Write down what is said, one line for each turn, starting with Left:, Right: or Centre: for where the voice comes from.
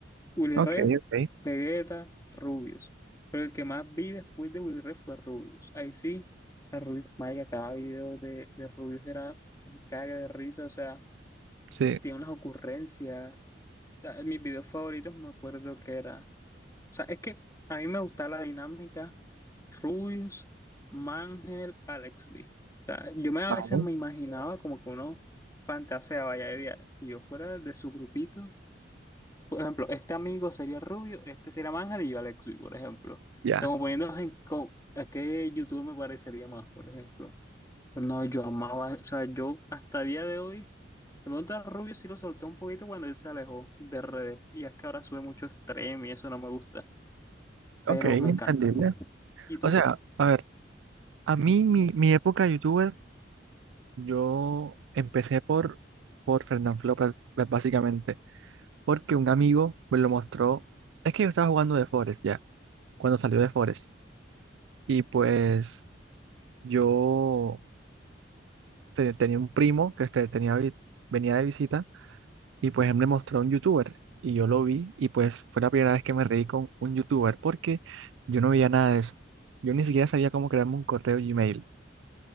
Left: Willy
Right: Ok,
Left: Rex,
Right: ok.
Left: Vegeta, Rubius. Pero el que más vi después de Willy Rex fue Rubius. Ahí sí, a Rubius, marica, cada video de, de Rubius era un cague de risa, o sea,
Right: Sí.
Left: tiene unas ocurrencias. O sea, mis videos favoritos me acuerdo que era. O sea, es que a mí me gustaba la dinámica Rubius, Mangel, Alex B. O sea, yo me, a
Right: Vale.
Left: veces me imaginaba como que uno fantaseaba, vaya, idea, si yo fuera de su grupito. Por ejemplo, este amigo sería Rubio, este sería Ángel y yo Alexui, por ejemplo. O
Right: Ya.
Left: sea, como poniéndonos en co- a qué youtuber me parecería más, por ejemplo. Pero no, yo amaba, o sea, yo hasta día de hoy, me pregunta Rubio si lo solté un poquito cuando él se alejó de redes. Y es que ahora sube mucho stream y eso no me gusta, pero
Right: Ok, entendible.
Left: me encanta. ¿Y tú?
Right: O sea, a ver, a mí mi, mi época youtuber, yo empecé por, por Fernanfloo pra- pra- básicamente, porque un amigo me lo mostró. Es que yo estaba jugando de Forest ya, cuando salió de Forest. Y pues yo te- tenía un primo que este, tenía, vi- venía de visita. Y pues él me mostró a un youtuber y yo lo vi y pues fue la primera vez que me reí con un youtuber porque yo no veía nada de eso. Yo ni siquiera sabía cómo crearme un correo Gmail